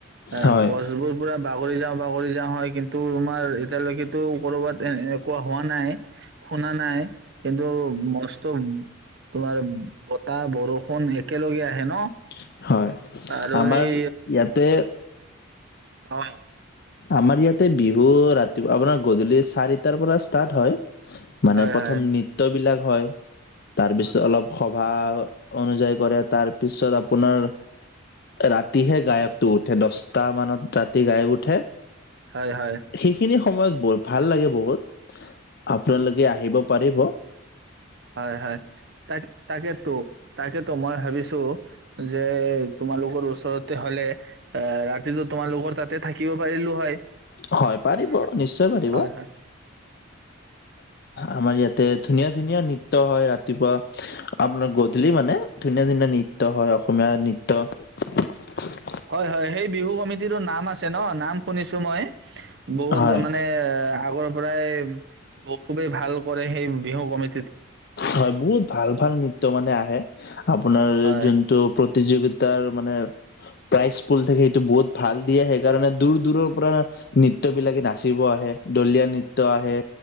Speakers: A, on the right; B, on the left.
A: আ
B: হয়
A: গছবোৰ পোৰা। বাগৰি যাওঁ বাগৰি যাওঁ হয়, কিন্তু তোমাৰ এতিয়ালৈকেেতো কৰবাত এ এনেকুৱা হোৱা নাই শুনা নাই কিন্তু মস্ত তোমাৰ। বতাহ বৰষূ। একেলগে আহে ন।
B: <inaudible> হয়
A: আৰু
B: আমাৰ
A: সেই
B: ইয়াতে।
A: অহ।
B: আমাৰ ইয়াতে বিহু ৰাতিপুৱা আপোনাৰ গধূলি চাৰিটাৰ পৰা ষ্টাৰ্ট হয়। মানে
A: হয়,
B: প্ৰথম
A: হয়,
B: নৃত্যবিলাক। হয়। তাৰপিছত অলপ। ভা অনুযায়ী কৰে, তাৰপিছত আপোনাৰ ৰাতিহে গায়কটো উঠে দশটা মানত ৰাতি গায়ক উঠে।
A: হয় হয়।
B: সেইখিনি সময়ত বৰ ভাল লাগে বহুত আপোনালোকে আহিব পাৰিব।
A: হয় হয় তাকে তাকেতো-তাকেতো মই ভাবিছো। যে তোমালোকৰ ওচৰত। তে তে হ'লে। এ ৰাতিতো তোমালোকৰ। তাতে থাকিব পাৰিলো। হয়
B: হয় পাৰিব
A: আহ
B: নিশ্চয় পাৰিব।
A: হয় হয়
B: আমাৰ ইয়াতে ধুনীয়া ধুনীয়া নৃত্য হয় ৰাতিপুৱা আপোনাৰ গধূলি মানে ধুনীয়া ধুনীয়া নৃত্য হয় অসমীয়া নৃত্য।
A: হয়, হয় সেই বিহু কমিটটো নাম আছে ন' নাম শুনিছো মই। বহুত
B: হয়
A: মানে আগৰ পৰাই খুবেই ভাল কৰে। সেই বিহু কমি।
B: হয় বহুত ভাল ভাল নৃত্য মানে আহে। <unintelligible> আপোনাৰ
A: হয়
B: যোনটো প্ৰ। প্ৰতিযোগিতাৰ মানে প্ৰাইজ পুল থাকে সেইটো বহুত ভাল দিয়ে সেইকাৰণে দূৰ দূৰৰ পৰা নৃত্যবিলাকে নাচিব আহে দলিয় নৃত্য আহে